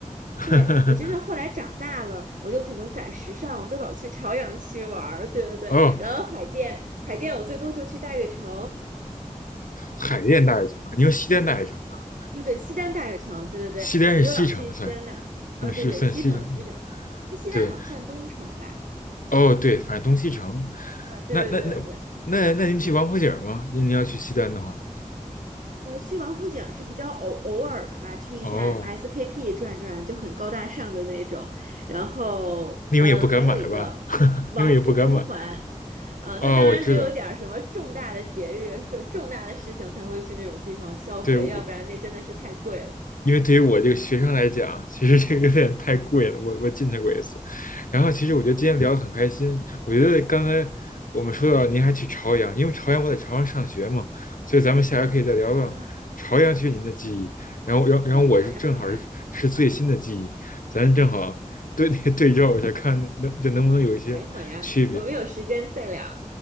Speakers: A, on the left (about 85°); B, on the right (about 75°).
A: <laughs>
B: 对，我真正后来长大了，我就可能赶时尚，我就老去朝阳区玩儿。对对对，
A: 哦，
B: 然后海淀，海淀我最多就去大悦城，
A: 海淀大学城，你说西单大学城吧？
B: 不对，西单大悦城，对对对，
A: 西单是西城算，
B: 我就老去西单大，啊，
A: 嗯，
B: 对对，
A: 是算西城。
B: 西城西城，西单好像算东城吧？
A: 对，哦，对，反正东西城。
B: 啊，对对对对对。
A: 那那那那那您去王府井儿吗？您您要去西单的话，
B: 呃，去王府井是比较偶偶尔的吧，去一下
A: 哦，
B: SKP 转转就很高大上的那种。然后，
A: 你们也不敢买吧？
B: 呃，还有一个
A: <laughs>
B: 王府中环，
A: 你们也不敢买。
B: 呃，
A: 哦，
B: 那当然得有一点儿什么重大的节日、
A: 我知道，
B: 重大的事情才会去那种地方消费，
A: 对，我
B: 要不然那真的是太贵了。
A: 因为对于我这个学生来讲，其实这个有点太贵了。我我进去过一次，然后其实我觉得今天聊得很开心。
B: 确实，
A: 我觉得刚才我们说到您还去朝阳，因为朝阳我在朝阳上学嘛，所以咱们下回可以再聊聊朝阳区您的记忆。
B: 嗯
A: 然后，然后，然后我是正好是是最新的记忆，
B: 嗯，好呀好呀，
A: 咱正好对 <laughs> 对照一下，看能这能不能有一些区别。
B: 好呀好呀，我们有时间再聊，